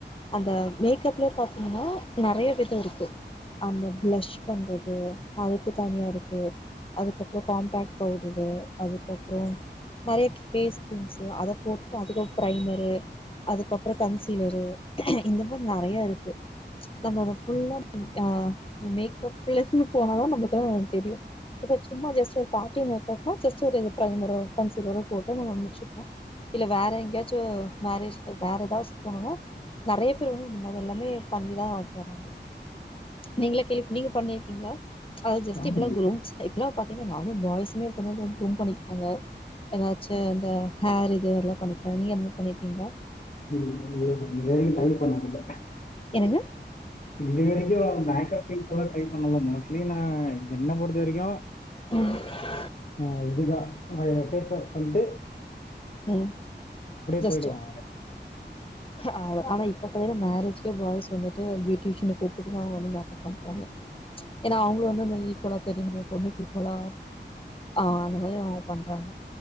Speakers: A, on the left; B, on the left.
A: அந்த மேக்கப்லே பாத் ஆனா நெறைய விதோ இருக்கு அந்த பிளஷ் பண்றது அதுக்கு தனியா இருக்கு அதுக்கப்பற காம்பேக்ட் பவுடரு அதுக்கப்பரோம் நெறைய ஃபேஸ் கிரீம்ஸ்சு போட்டுட்டு அதுக்கு ப்ரைமரு அதுக்கப்பற கன்சீலரு இந்த மாரி நெறையா இருக்கு நம்ம அத புல்லா அ மேக்கப்ல இருந்து போனாதா நம்மளுக்குல்லா அது தெரியு இப்ப சும்மா ஜஸ்ட்டு ஒரு பார்ட்டி மேக்கப்னா ஜஸ்ட்டு ஒரு ப்ரைமரோ கன்சீலரோ போட்டு நம்ம முடிச்சுக்கலா இல்ல வேற எங்கயாச்சு மேரேஜ்க்கு வேற ஏதாவது போகணும்னா நெறைய பேர் வந்து இந்த மாரி எல்லாமே பண்ணிதா போறாங்க நீங்களா கேள் நீங்க பண்ணியிருக்கீங்களா அது
B: பண்ணுறீங்க
A: ஜஸ்ட்டு இப்பல்லா குரூம்ஸ் இப்பல்லா பாத்தீங்கன்னா நார்மல் பாய்ஸுமே இப்பலா குரூம் பண்ணிக்கிறாங்க ஏதாச்சு இந்த ஹேர்ரு இது எல்லா பண்ணிக்கலா நீங்க அது மாரி பண்ணிருக்கீங்களா
B: ம்ல்ல இது வரைக்கு ட்ரை பண்ணதில்ல
A: என்னங்க
B: இது வரைக்கு மேக்ப் திங்ஸ்ல்லா ட்ரை பண்ணலா மோஸ்ட்லி நா என்ன பொறுத்த வரைக்கு
A: ம்
B: அ இதுதா ஆ இத ஃபேஸ் வாஷ் பண்ட்டு
A: ம் ஜஸ்ட்டு
B: போயிடுவேன்.
A: அவ்ள ஆனா இப்ப பாத்தின்னா மேரேஜ் பாய்ஸ் வந்துட்டு பியூட்டீசின்னு கூப் இப்டிதா அவங்க மேக்கப் பண்றாங்க ஏன்னா அவங்களு வந்து அந்த ஈக்குவலா தெரிய முடியு பொண்ணுக்கு ஈக்குவலா அ அந்த மாரி அவங்க பண்றாங்க